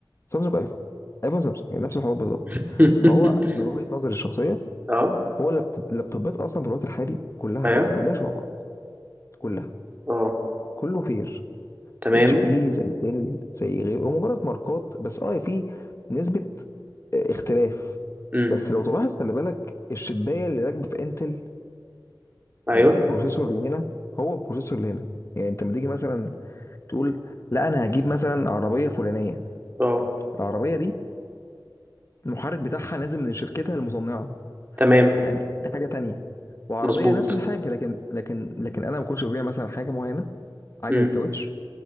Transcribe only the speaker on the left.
سامسونج ايفون ايفون سامسونج يعني نفس الحوار بالظبط
فهو من وجهة نظري الشخصية
هو اللابت- اللابتوبات اصلا في الوقت الحالي كلها
بقى كلها شبه بعض كلها
كله فير
اتش بي زي ديل زي غيره هو مجرد ماركات بس اه في نسبة آه، اختلاف
بس لو تلاحظ خلي بالك الشبايه اللي راكبه في انتل
يعني البروسيسور اللي هنا هو البروسيسور اللي هنا يعني انت لما تيجي مثلا تقول لا انا هجيب مثلا عربيه فلانيه
العربيه دي المحرك بتاعها نازل من شركتها المصنعه
يعني دي حاجه تانية وعربيه
نفس الحاجه لكن لكن لكن انا ما كنتش ببيع مثلا حاجه معينه عجله
كاوتش